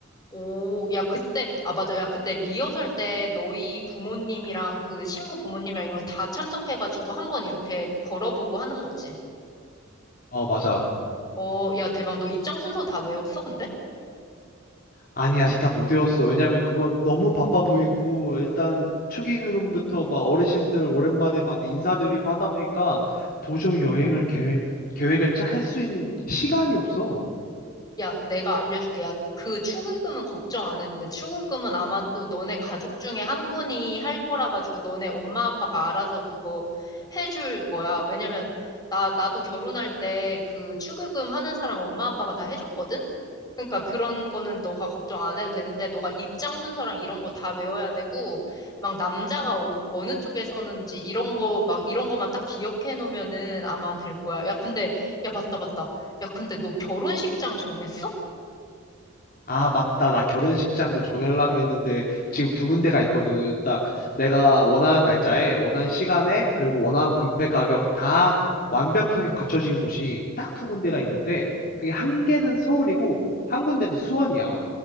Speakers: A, on the left (about 20°); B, on the left (about 45°).
A: 오, 야, 그때, 아, 맞아. 야, 그때 리허설 때 너희 부모님이랑 그 신부 부모님이랑 이런 거 다 참석해가지고 한 번 이렇게 걸어보고 하는 거지.
B: 어, 맞아.
A: 어, 야, 대박. 너 입장 순서 다 외웠어, 근데?
B: 아니, 아직 다 못 외웠어. 왜냐면 그거 너무 바빠 보이고, 일단 축의금부터 막 어르신들 오랜만에 막 인사드리고 하다 보니까 도저히 여행을 계획, 계획을 짤 수 있는 시간이 없어.
A: 야, 내가 알려줄게. 야, 그 축의금은 걱정 안 해도 돼. 축의금은 아마 도 너네 가족 중에 한 분이 할 거라 가지고 너네 엄마 아빠가 알아서 그거 해줄 거야. 왜냐면 나, 나도 결혼할 때 그 축의금 하는 사람 엄마 아빠가 다 해줬거든? 그러니까 그런 거는 너가 걱정 안 해도 되는데 너가 입장 순서랑 이런 거 다 외워야 되고 막 남자가 어, 어느 쪽에 서는지 이런 거 막 이런 거만 딱 기억해 놓으면은 아마 될 거야. 야, 근데 야, 맞다, 맞다. 야, 근데 너 결혼식장 정했어?
B: 아, 맞다. 나 결혼식장도 정하려고 그랬는데 지금 두 군데가 있거든. 딱 내가 원하는 날짜에, 원하는 시간에, 그리고 원하는 뷔페 가격 다 완벽하게 갖춰진 곳이 딱 두 군데가 있는데 그게 한 개는 서울이고 한 군데는 수원이야.